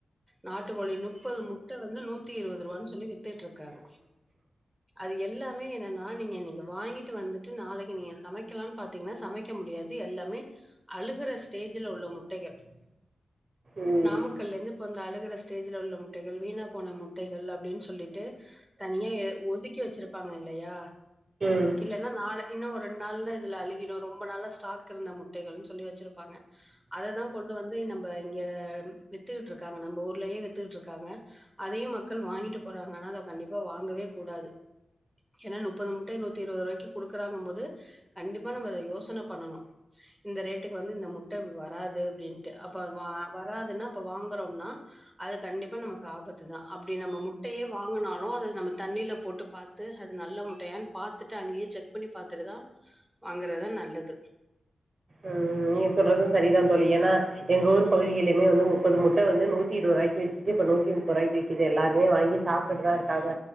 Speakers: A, in the centre; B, on the right.
A: நாட் ட் கோழி முப்பது முட்ட வந்து நூத்தி இருபது ரூபான்னு சொல்லி வித்துட்டு இருக்காங்க அது எல்லா மே என்ன நா நீங்க இன்னைக்கு வாங்கிட்டு வந்துட்டு நாளைக்கு நீங்க சமைக்கலான் பாத் ன்னா சமைக்க முடியாது எல்லாமே அழுகற ஸ்டேஜ்ல உள்ள முட்டைகள்
B: ம். ம்.
A: நாமக்கல்ல இருந்து பொந்த அழுகற ஸ்டேஜ்ல உள்ள முட்டை கள் வீணா போன முட்டைகள் அப்படின்னு சொல்லிட்டு தனியா எ ஒதுக்கி வச்சிருப் வைப்பாங்க இல்லையா
B: ம்.
A: இல்லனா நாளை இன்னு ஒரு ரெண்டு நாள் இதுல அழகிடும் ரொம்ப நாளா ஸ்டாக் இருந்த முட்டைகள்னு சொல்லி வச்சிரு ப்பாங்க அத தா கொண்டு வந்து நம் நம்ப இங்க வித்துக்கிட்டு இருக்காங்க நம்ம ஊர் ட்லையு வித்துட்டு இருக்காங்க அதையும் மக்கள் வாங்கிட்டு போறாங்க ஆனா அத கண்டிப்பா வாங்கவே கூடாது ஏனா முப்பது முட்டை நூத்தி இருவது ரூபாய்க்கு கொடுக்கிறாங்க போது கண்டிப்பா நம்ம அத யோசன பண்ணனு இந்த ரேட்டுக்கு வந்து இந்த முட்டை வராது அப்படின்டு அப்போது வா வராதுன்னா அப்ப வாங்குறோம்னா அது கண்டிப்பா நமக்கு ஆபத்துதா அப்படி நம்ம முட்டையே வாங்கினாலு அத நம்ம தண்ணியில போட்டு பார்த்து அது நல்ல முட்டையான்னு பாத்துட்டு அங்கேயே செக் பண்ணி பாத்துட்டுதா வாங்குறதா நல்லது
B: ம் நீங்க சொல்றது சேரிதா தோழி ஏன்னா எங்க ஊர் பகுதியிலுமே வந்து முப்பது முட்டை வந்து நூத்தி இருபது ரூவாக்கு வித்துசு இப்ப நூத்தி முப்பது ரூவாக்கு விக்கிது எல்லாருமே வாங்கி சாப்பிட்டுதா இருக்காங்க